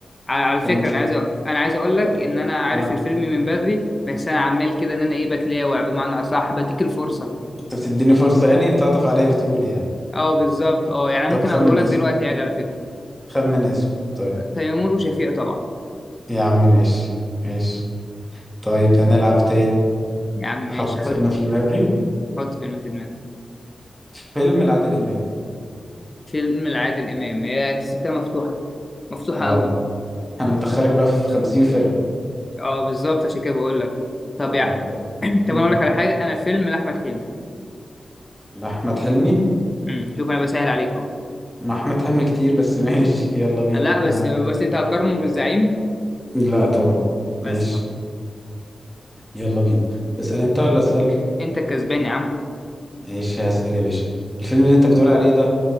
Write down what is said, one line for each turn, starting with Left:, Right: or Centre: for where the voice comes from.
Left: على على
Centre: فانا
Left: فكرة
Centre: مش
Left: أنا عايز أ- أنا عايز أقول لك
Centre: فاكر.
Left: إن أنا عارف
Centre: اه
Left: الفيلم من بدري بس أنا عمال كده إن أنا إيه بتلاوع بمعنى أصح بديك الفرصة
Centre: انت بتديني فرصه يعني بتعطف عليا بتقول يعني
Left: اه بالظبط اه يعني أنا
Centre: طب
Left: ممكن
Centre: خمن
Left: أقوله لك
Centre: اسم
Left: دلوقتي عادي على فكرة
Centre: خمن اسم طيب
Left: تيمور وشفيقة طبعا
Centre: يا عم ماشي ماشي طيب هنلعب تاني
Left: يا عم ماشي
Centre: احط فيلم
Left: حط
Centre: في دماغي
Left: حط فيلم في دماغك
Centre: فيلم لعادل امام
Left: فيلم لعادل إمام هي أنت سبتها مفتوحة مفتوحة
Centre: اه
Left: قوي
Centre: انا مدخلك بقى في 50 فيلم
Left: أه بالظبط عشان كده بقول لك طب يا
Centre: اه طب.
Left: <clears throat> طب
Centre: مم.
Left: أنا أقول لك على حاجة أنا فيلم لأحمد حلمي
Centre: لأحمد حلمي
Left: امم شوف أنا بسهل عليك أهو
Centre: مع احمد حلمي كتير بس <laughs> ماشي يلا بينا
Left: لا
Centre: انا
Left: بس بس أنت هتقارنه بالزعيم
Centre: لا طبعا
Left: بس
Centre: ماشي
Left: أهو.
Centre: يلا بينا اسأل انت ولا اسأل
Left: أنت الكسبان يا عم
Centre: ماشي هسأل يا باشا الفيلم اللي انت بتقول عليه ده